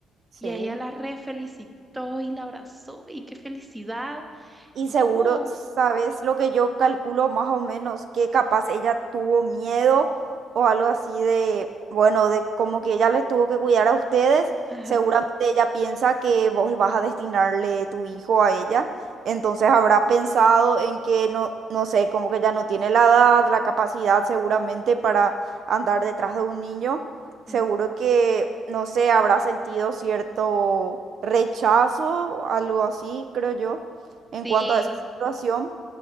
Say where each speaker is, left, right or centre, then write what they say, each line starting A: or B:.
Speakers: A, on the right; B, on the right.
A: Sí.
B: Y a ella la re felicitó y la abrazó y qué felicidad.
A: Y
B: Y fue
A: seguro
B: como...
A: sabes lo que yo calculo más o menos, que capaz ella tuvo miedo o algo así de, bueno, de como que ella les tuvo que cuidar a ustedes.
B: Ajá.
A: Seguramente ella piensa que vos vas a destinarle tu hijo a ella. Entonces habrá pensado en que no, no sé, como que ella no tiene la edad, la capacidad seguramente para andar detrás de un niño. Seguro
B: ujú.
A: que, no sé, habrá sentido cierto rechazo, algo así, creo yo en
B: Sí.
A: cuanto a esa situación,